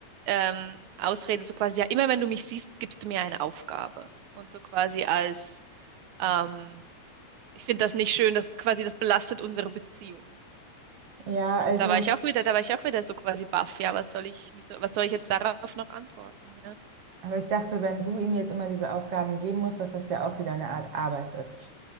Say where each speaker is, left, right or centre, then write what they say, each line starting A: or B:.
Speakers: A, on the right; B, on the right.
A: ähm, Ausrede so quasi, ja, immer wenn du mich siehst, gibst du mir eine Aufgabe. Und so quasi als, ähm, ich finde das nicht schön, das quasi, das belastet unsere Beziehung.
B: Ja,
A: Und
B: also,
A: da war ich auch wieder, da war ich auch wieder so quasi baff, ja, was soll ich, wieso, was soll ich jetzt darauf noch antworten, ja.
B: aber ich dachte, wenn du ihm jetzt immer diese Aufgaben geben musst, dass das ja auch wieder eine Art Arbeit ist.